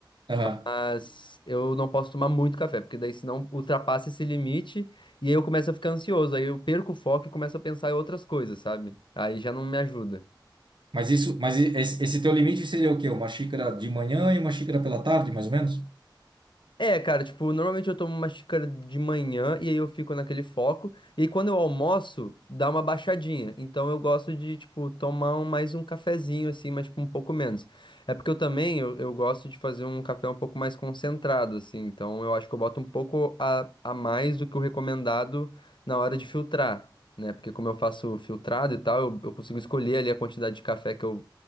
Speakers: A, on the right; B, on the left.
A: Aham.
B: Mas eu não posso tomar muito café, porque daí senão ultrapassa esse limite e aí eu começo a ficar ansioso, aí eu perco o foco e começo a pensar em outras coisas, sabe? Aí já não me ajuda.
A: Mas isso, mas e- esse, esse teu limite seria o quê? Uma xícara de manhã e uma xícara pela tarde, mais ou menos?
B: É, cara, tipo, normalmente eu tomo uma xícara de manhã e aí eu fico naquele foco. E aí quando eu almoço, dá uma baixadinha. Então eu gosto de, tipo, tomar um- mais um cafezinho, assim, mas tipo, um pouco menos. É porque eu também, eu, eu gosto de fazer um café um pouco mais concentrado, assim. Então eu acho que eu boto um pouco a, a mais do que o recomendado na hora de filtrar, né? Porque como eu faço filtrado e tal, eu, eu consigo escolher ali a quantidade de café que eu,